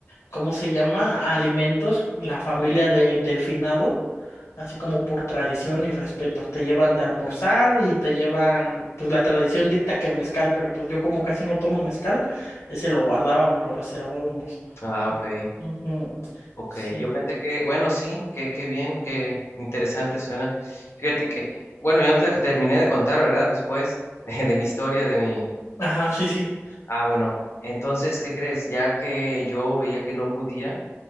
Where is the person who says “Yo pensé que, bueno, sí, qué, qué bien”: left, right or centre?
Left